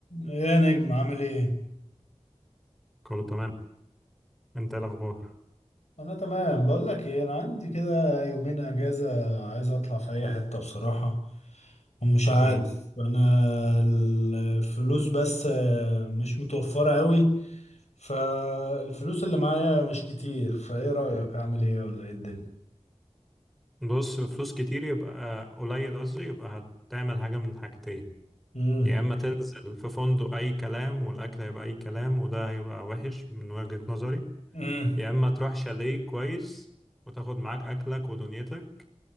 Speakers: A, on the left (about 70°); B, in the centre.
A: يا نجم عامل ايه؟
B: كله تمام انت ايه الاخبار
A: انا تمام بقول لك ايه انا عندي كده يومين اجازة عايز اطلع في اي حتة بصراحة ومش عارف
B: امم
A: انا الفلوس بس آه، مش متوفرة قوي فالفلوس اللي معايا مش كتير فايه رأيك اعمل ايه ولا ايه الدنيا؟
B: بص فلوس كتير يبقى قليل قصدي يبقى هتعمل حاجه من حاجتين
A: امم
B: يا اما تنزل في فندق اي كلام والاكل هيبقى اي كلام وده هيبقى وحش من وجهه نظري
A: امم
B: يا اما تروح شاليه كويس وتاخد معاك اكلك ودنيتك